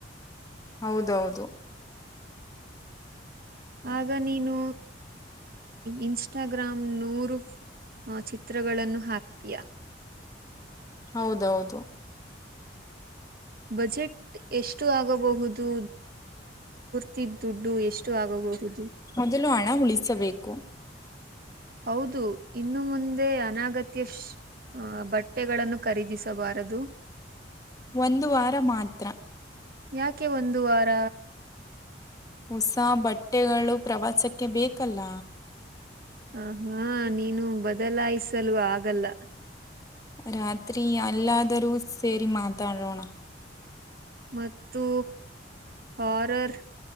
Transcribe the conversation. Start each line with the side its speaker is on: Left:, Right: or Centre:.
Left: ಹೌದೌದು
Right: ಆಗ ನೀನು ಇನ್ಸ್ಟಾಗ್ರಾಮ್ ನೂರು ಆ ಚಿತ್ರಗಳನ್ನು ಹಾಕ್ತೀಯಾ
Left: ಹೌದೌದು
Right: ಬಜೆಟ್ ಎಷ್ಟು ಆಗಬಹುದು ತಿದ್ದ ದುಡ್ಡು ಎಷ್ಟು ಆಗೋಗಬತು
Left: ಮೊದಲು ಹಣ ಉಳಿಸಬೇಕು
Right: ಹೌದು ಇನ್ನು ಮುಂದೆ ಅನಗತ್ಯ ಬಟ್ಟೆಗಳನ್ನು ಖರೀದಿಸಬಾರದು
Left: ಒಂದು ವಾರ ಮಾತ್ರ
Right: ಯಾಕೆ ಒಂದು ವಾರ
Left: ಹೊಸ ಬಟ್ಟೆಗಳು ಪ್ರವಾಸಕ್ಕೆ ಬೇಕಲ್ಲ
Right: ಆ ಹಾ ನೀನು ಬದಲಾಯಿಸಲು ಆಗಲ್ಲ
Left: ರಾತ್ರಿ ಅಲ್ಲಾದರೂ ಸೇರಿ ಮಾತಾಡೋಣ
Right: ಮತ್ತು ಹಾರರ್